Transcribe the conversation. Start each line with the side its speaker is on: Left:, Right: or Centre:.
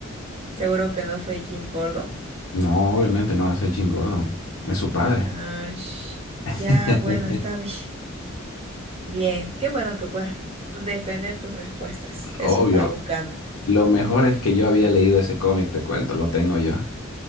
Right: ¿Seguro que no fue Jim Gordon?
Left: No, obviamente no va a ser Jim Gordon. Es su padre.
Right: Ah, sh- ya,
Left: <laughs>
Right: bueno, está bi- bien. Qué bueno que puedas defender tus respuestas. Eso
Left: Obvio.
Right: estaba buscando.
Left: Lo mejor es que yo había leído ese cómic, te cuento, lo tengo yo.